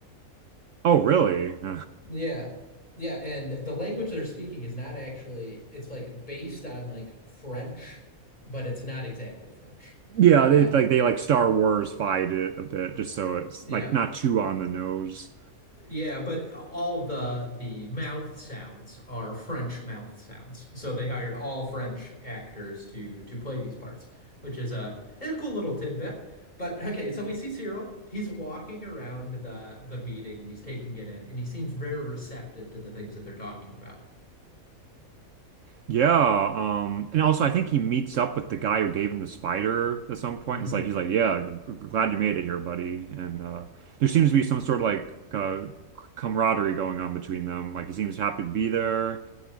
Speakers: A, on the right; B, on the left.
A: Oh, really? <laughs>
B: Yeah. Yeah, and the language they're speaking is not actually it's like based on like French, but it's not exactly French.
A: Yeah,
B: Um
A: they like they like Star Wars fight it a bit just so it's
B: yeah.
A: like not too on the nose.
B: Yeah, but all the the mouth sounds are French mouth sounds. So they hired all French actors to to play these parts, which is a, a cool little tidbit. But okay, so we see Cyril. He's walking around the the meeting and he's taking it in and he seems very receptive to the things that they're talking about.
A: Yeah, um and also I think he meets up with the guy who gave him the spider at some point.
B: hmm
A: It's like he's like, "Yeah, g- g- glad you made it here, buddy." And uh there seems to be some sort of like uh camaraderie going on between them. Like he seems happy to be there.